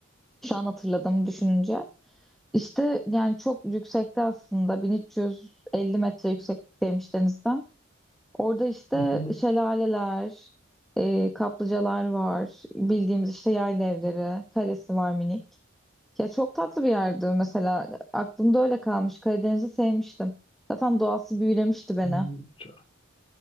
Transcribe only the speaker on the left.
Hı hı.
Hmm, şu-